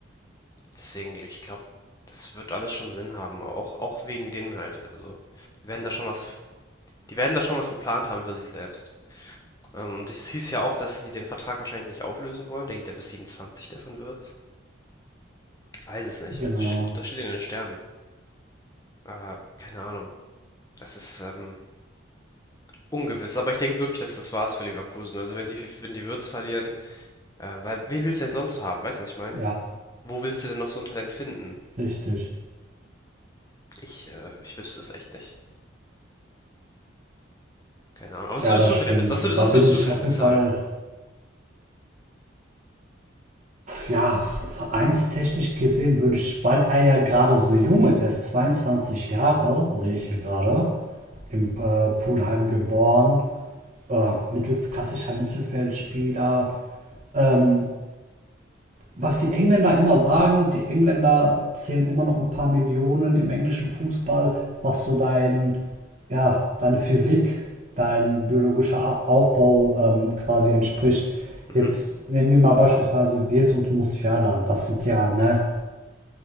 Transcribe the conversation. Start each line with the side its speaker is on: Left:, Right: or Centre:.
Left: Deswegen, ich glaube, das wird alles schon Sinn haben, auch auch wegen denen halt. Also, die werden da schon was die werden da schon was geplant haben für sich selbst. Ähm, und es hieß ja auch, dass sie den Vertrag wahrscheinlich nicht auflösen wollen. Der geht ja bis 27, der von Wirtz. Ich weiß es nicht.
Right: genau,
Left: Das steht das steht in den Sternen, aber keine Ahnung. Das ist, ähm Ungewiss, aber ich denke wirklich, dass das war's für Leverkusen. Also wenn die, wenn die Wirtz verlieren, äh, weil wen willst du denn sonst haben? Weißt du, was ich meine?
Right: ja,
Left: Wo willst du denn noch so ein Talent finden?
Right: richtig.
Left: Ich, äh, ich wüsste es echt nicht. Keine Ahnung. Aber was
Right: Ja,
Left: würdest
Right: das
Left: du
Right: stimmt.
Left: für den bezahlen? Was würdest,
Right: Und da
Left: was
Right: bin
Left: würdest
Right: ich
Left: du für
Right: auf
Left: den bezahlen?
Right: jeden Fall, ja, vereinstechnisch gesehen würde ich, weil er ja gerade so jung ist, er ist 22 Jahre, sehe ich hier gerade, im äh, Pulheim geboren, äh, mittel, klassischer Mittelfeldspieler, ähm, was die Engländer immer sagen, die Engländer zählen immer noch ein paar Millionen im englischen Fußball, was so dein, ja, deine Physik, dein biologischer Aufbau ähm, quasi entspricht.
Left: Mhm.
Right: Jetzt nehmen wir mal beispielsweise Wirtz und Musiala. Das sind ja, ne,